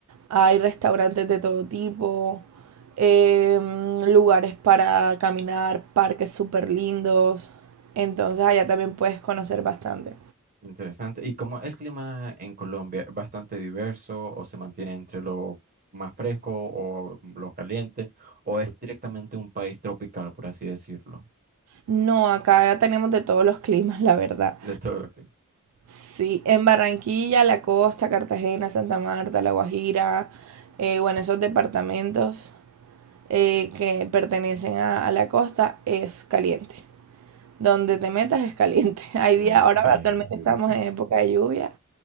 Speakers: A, on the right; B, on the right.
A: hay restaurantes de todo tipo, em, lugares para caminar, parques súper lindos, entonces allá también puedes conocer bastante.
B: Interesante. ¿Y cómo el clima en Colombia es bastante diverso o se mantiene entre lo más fresco o lo caliente o es directamente un país tropical, por así decirlo,
A: No, acá ya tenemos de todos los climas, la verdad.
B: de todo lo que
A: Sí, en Barranquilla, la costa, Cartagena, Santa Marta, La Guajira, eh, bueno, esos departamentos eh, que pertenecen a, a la costa es caliente. Donde te metas es caliente. <laughs> Hay
B: En
A: días, ahora
B: serio.
A: actualmente estamos
B: Suena,
A: en época de lluvia